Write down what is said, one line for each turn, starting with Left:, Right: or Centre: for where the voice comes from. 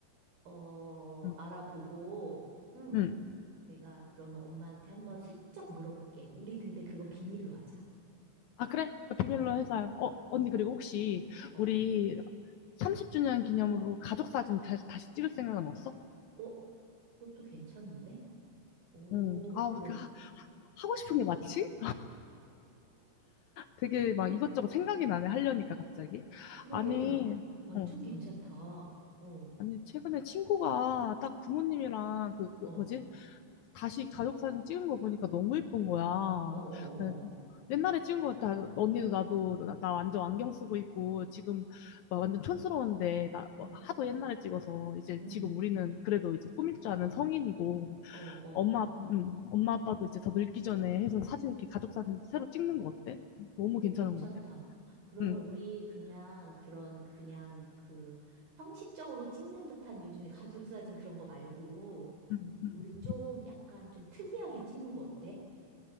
Right: 어,
Left: 음,
Right: 알아보고, 응,
Left: 음.
Right: 내가 그러면 엄마한테 한번 슬쩍 물어볼게. 우리 근데 그건 비밀로 하자.
Left: 아, 그래? 그 비밀로
Right: 어,
Left: 해서. 알- 어,
Right: 어,
Left: 언니, 그리고 혹시
Right: 어.
Left: 우리 30주년 기념으로 가족 사진 다, 다시 찍을 생각은 없어?
Right: 어, 그것도 괜찮은데? 오,
Left: 응. 아,
Right: 그래.
Left: 그 하, 하고 싶은 게 맞지? 되게 막 이것저것 생각이 나네. 하려니까 갑자기.
Right: 그러게,
Left: 아니,
Right: 야, 완전
Left: 어.
Right: 괜찮다. 어, 어,
Left: 아니, 최근에 친구가 딱 부모님이랑 그, 그
Right: 어,
Left: 뭐지? 다시 가족 사진 찍은 거 보니까 너무 예쁜 거야.
Right: 어, 어,
Left: 네,
Right: 어.
Left: 옛날에 찍은 거 다 언니도 나도 나, 나 완전 안경 쓰고 있고 지금 막 완전 촌스러운데 나
Right: 응,
Left: 뭐 하도 옛날에 찍어서 이제
Right: 응,
Left: 지금 우리는 그래도 이제 꾸밀 줄 아는 성인이고
Right: 어, 어.
Left: 엄마 음, 엄마 아빠도 이제 더 늙기 전에 해서 사진 이렇게 가족 사진 새로 찍는 거 어때? 너무 괜찮은
Right: 오, 괜찮다.
Left: 것 같아.
Right: 그러면
Left: 응.
Right: 우리 그냥 그런 그냥 그 형식적으로 찍는 듯한 요즘에 가족 사진 그런 거 말고
Left: 응, 응.
Right: 우리 좀 약간 좀 특이하게 찍는 거 어때?